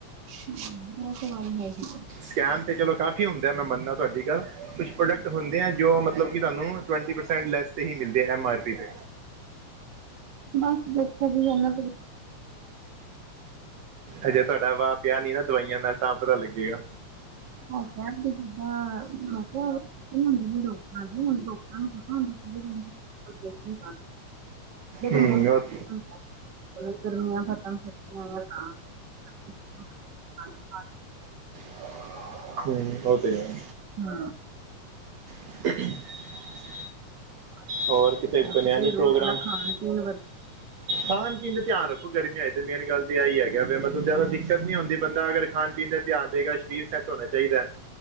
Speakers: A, on the right; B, on the right.
A: <unintelligible> ਓ ਤੇ ਗਾਲ ਹੈ ਇ।
B: ਸਕੈਮ ਤੇ ਚਲੋ ਕਾਫ਼ੀ ਹੁੰਦਾ ਮੈਂ ਮੰਨਨਾ ਤੁਹਾਡੀ ਗੱਲ ਕੁੱਛ ਪ੍ਰੋਡਕਟ ਹੁੰਦੇ ਹੈ ਜੋ ਮਤਲਬ ਤੁਹਾਨੂੰ ਤਵੇਂਟੀ ਪਰਸੈਂਟ ਲੈਸ ਤੇ ਹੀ ਮਿਲਦੇ ਹੈ ਐਮ ਆਰ ਪੀ ਤੇ।
A: ਬਸ ਦੇਖੋ <unintelligible>
B: ਹਜੇ ਤੁਹਾਡਾ ਵਾਹ ਪਿਆ ਨੀ ਨਾ ਦਵਾਈਆਂ ਨਾਲ। ਤਾਂ ਪਤਾ ਲੱਗੇਗਾ।
A: <unintelligible> <unintelligible>
B: ਹਮ ਉਹ
A: <unintelligible>
B: <unintelligible> ਹੂੰ ਉਹ ਤੇ ਹੈ।
A: <unintelligible>
B: <unintelligible>
A: <inaudible>
B: ਹੋਰ ਕਿਤੇ
A: ਬਸ
B: ਬਨਿਆ
A: ਫਿਰ
B: ਨੀ ਪ੍ਰੋਗਰਾਮ?
A: ਉਹ ਆਪਣਾ ਖਾਣ
B: <unintelligible>
A: ਪੀਣ ਵ
B: <unintelligible> ਧਿਆਨ ਰੱਖੋ ਗਰਮੀਆਂ ਚ ਤੇ ਮੇਨ ਗੱਲ ਤੇ ਐਹ ਹੀ ਹੈਗਾ ਵੇ ਮਤਲਬ ਜ਼ਿਆਦਾ ਦਿ ਦਿੱਕਤ ਨੀ ਹੂੰਦੀ ਬੰਦਾ ਅਗਰ ਖਾਣ ਪੀਣ ਤੇ ਧਿਆਨ ਦੇਗਾ ਸ਼ਰੀਰ ਸੱਤ ਹੋਣਾ ਚਾਹੀਦਾ ਹੈ।